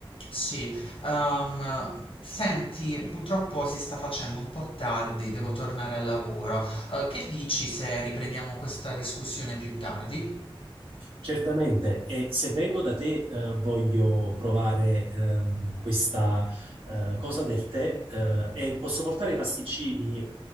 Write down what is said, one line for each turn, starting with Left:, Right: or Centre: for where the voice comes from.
Left: Sì, ehm, senti, purtroppo si sta facendo un po' tardi, devo tornare al lavoro. Eh, che dici se riprendiamo questa discussione più tardi?
Right: Certamente, e se vengo da te, eh, voglio provare ehm, questa eh, cosa del tè eh, e posso portare i pasticcini eh,